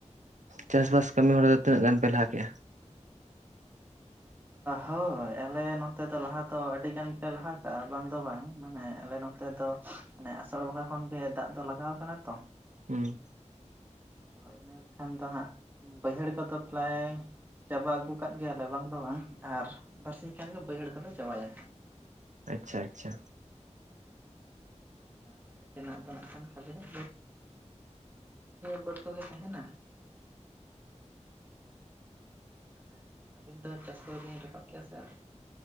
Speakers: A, on the right (about 80°); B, on the right (about 15°).
A: ᱪᱟᱥ ᱵᱟᱥ ᱠᱟᱢᱤ ᱦᱚᱨᱟ ᱫᱚ ᱛᱤᱱᱟᱹᱜ ᱜᱟᱱ ᱯᱮ ᱞᱟᱦᱟ ᱠᱮᱜᱼᱟ?
B: ᱦᱳᱭ ᱟᱞᱮ ᱱᱚᱛᱮ ᱫᱚ ᱞᱟᱦᱟ ᱫᱚ ᱟᱹᱰᱤ ᱜᱟᱱ ᱯᱮ ᱞᱟᱦᱟ ᱠᱟᱜᱼᱟ ᱵᱟᱝ ᱫᱚ ᱵᱟᱝ ᱢᱟᱱᱮ ᱟᱞᱮ ᱱᱚᱛᱮ ᱫᱚ ᱦᱟᱱᱮ ᱟᱥᱟᱲ ᱵᱚᱸᱜᱟ ᱠᱷᱚᱱᱜᱮ ᱫᱟᱜ ᱫᱚ ᱞᱟᱜᱟᱣ ᱠᱟᱱᱟ ᱛᱚ᱾
A: ᱦᱩᱸ
B: ᱦᱚᱭ ᱤᱱᱟᱹ ᱠᱷᱟᱱ ᱫᱚ ᱦᱟᱸᱜ ᱵᱟᱹᱭᱦᱟᱹᱲ ᱠᱚᱫᱚ ᱛᱟᱦᱚᱞᱮ ᱪᱟᱵᱟ ᱟᱹᱜᱩ ᱠᱟᱫ ᱜᱮᱭᱟᱞᱮ ᱵᱟᱝ ᱟᱫᱚ ᱵᱟᱝ ᱟᱨ ᱵᱟᱨᱥᱤᱧ ᱠᱷᱟᱱᱜᱮ ᱵᱟᱹᱭᱦᱟᱹᱲ ᱫᱚᱞᱮ ᱪᱟᱵᱟᱭᱟ᱾
A: ᱟᱪᱪᱷᱟ ᱟᱪᱪᱷᱟ ᱾
B: ᱡᱟᱦᱟ ᱛᱟᱦᱮ ᱠᱟᱱᱟ ᱚᱱᱠᱟ ᱱᱟᱜ-ᱠᱷᱚᱱ ᱠᱷᱟᱹᱞᱤ ᱦᱟᱸᱜ <unintelligible> ᱜᱮ ᱛᱟᱦᱮᱱᱟ᱾ ᱛᱟᱦᱚᱞᱮ ᱟᱵᱤᱱ ᱫᱚ ᱪᱟᱥ ᱠᱚᱫᱚ ᱵᱤᱱ ᱨᱟᱠᱟᱵ ᱠᱮᱜ-ᱟ ᱥᱮ ᱟᱣᱨᱤ?